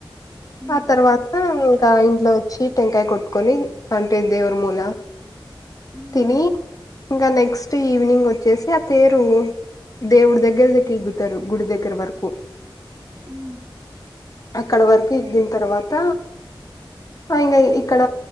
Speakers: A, on the right (about 40°); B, on the left (about 40°).
A: హ్మ్.
B: ఆ తర్వాత ఇంకా ఇంట్లోచ్చి టెంకాయ కొట్టుకొని అంటే దేవుడి ముంద
A: హ్మ్.
B: తిని ఇంకా నెక్స్ట్ ఈవినింగ్ వచ్చేసి ఆ తేరు దేవుడి దగ్గరదికి తరు గుడి దగ్గర వరకు
A: ఉమ్
B: అక్కడ వరకు ఎగ్గిన తర్వాత ఫైన్గా ఇక్కడ